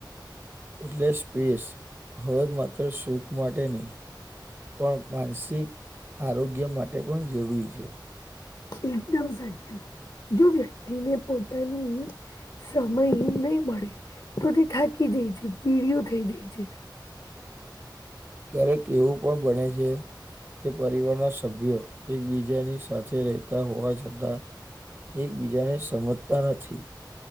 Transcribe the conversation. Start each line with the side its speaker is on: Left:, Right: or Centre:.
Right: એટલે સ્પેસ હવે માત્ર સુખ માટે નહીં. પણ માનસિક આરોગ્ય માટે પણ જરૂરી છે.
Left: એકદમ સાચું. જો વ્યક્તિને પોતાની સમય નહીં મળે તો તે થાકી જે છે, ચીડિયું થઈ જાય છે.
Right: ક્યારેક એવું પણ બને છે. કે પરિવારના સભ્યો એકબીજાની સાથે રહેતા હોવા છતાં. એકબીજાને સમજતા નથી.